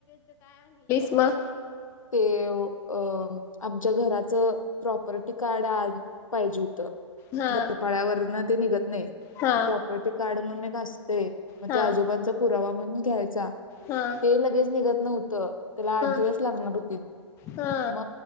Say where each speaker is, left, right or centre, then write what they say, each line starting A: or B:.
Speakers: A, on the left; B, on the left.
A: म.
B: ते अ आमच्या घराच प्रॉपर्टी कार्ड पाहिजे होतं
A: हा
B: डपाळ्यावरन ते निघत नाही
A: हा
B: प्रॉपर्टी कार्ड <unintelligible> ते मग
A: हा
B: ते आजोबांचा पुरावा म्हण घ्यायचा
A: हा
B: ते लगेच निघत नव्हतं त्याला आठ
A: हा
B: दिवस लागणार होती
A: हा
B: म